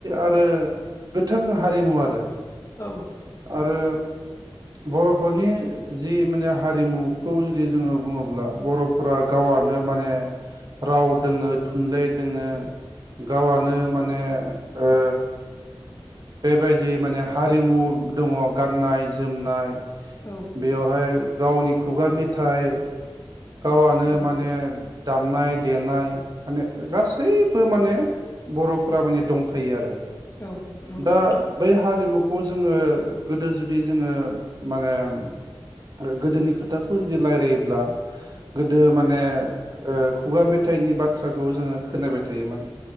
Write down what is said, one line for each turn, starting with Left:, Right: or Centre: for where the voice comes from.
Right: आरो गोथों हारिमु आरो
Left: औ।
Right: आरो बर'फोरनि जि माने हारिमुखौ जुदि जोङो बुङोब्ला बर'फोरा गाव हरनो माने राव दोङो थुनलाइ दोङो गावआनो माने ओ बेबायदि माने हारिमु दङ गाननाय जोमनाय
Left: औ
Right: बेयावहाय गावनि खुगा मेथाइ गावआनो
Left: औ
Right: माने दामनाय, देनाय माने गासैबो माने बर'फोरा माने दंखायो आरो।
Left: औ नंगौ
Right: दा
Left: नोंथां
Right: बेै हारिमु खौ जोङो गोदो जुदि जोङो माने आरो गोदोनि खोथाखौ जुदि रायलायोब्ला गोदो माने ओ खुगा मेथाइनि बाथ्राखौ जोङो खोनबाय थायोमोन।